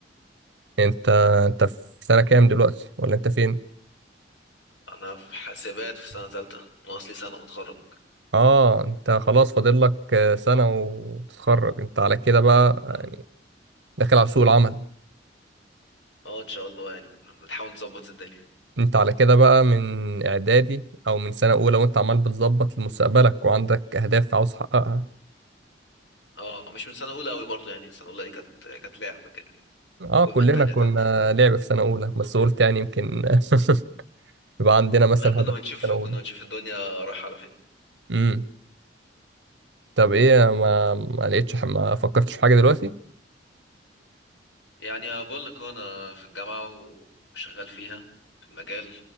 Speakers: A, on the right; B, on the left.
A: انت انت في سنة كام دلوقتي ولا انت فين
B: أنا في حاسبات في سنة تالتة ناقص لي سنة وأتخرج
A: اه انت خلاص فاضل لك آه، سنة وتتخرج انت على كده بقى آه،
B: أه
A: داخل على سوق العمل
B: أه إن شاء الله يعني بنحاول نظبط الدنيا
A: انت على كده بقى من اعدادي او من سنة اولى وانت عمال بتظبط لمستقبلك وعندك اهداف عاوز تحققها
B: أه مش من سنة أولى أوي برضه يعني سنة أولى دي كانت كانت لعبة كده
A: اه
B: قول
A: كلنا
B: من تانية
A: كنا
B: تالتة
A: لعبة في سنة اولى بس قلت يعني يمكن <laughs> يبقى عندنا مثلا
B: لا كنا
A: هدف
B: بنشوف
A: في سنة
B: كنا
A: اولى
B: بنشوف الدنيا رايحة على فين
A: امم طب ايه ما ما لقيتش ما فكرتش في حاجة دلوقتي
B: يعني بقول لك أنا في الجامعة وشغال فيها في المجال